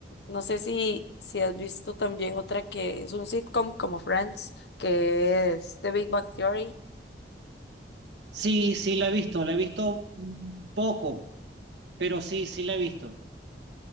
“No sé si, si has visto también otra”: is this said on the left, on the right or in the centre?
Left